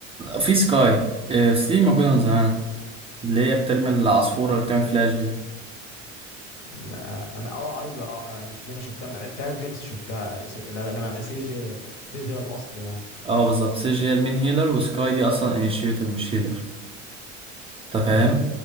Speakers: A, on the right (about 15°); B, on the left (about 65°).
A: في سكاي آه، في موجوده من زمان اللي هي بترمي العصفوره اللي بتعمل فلاش دي
B: لا انا اه ايوه اه آه، ماشي دي انا شفتها ما لعبتهاش بيها بس شفتها سي... لا، انما سيج سيج هي الاصل يعني
A: اه بالظبط سيج هي المين هيلر وسكاي دي اصلا انيشيتور مش هيلر انت فاهم
B: مم.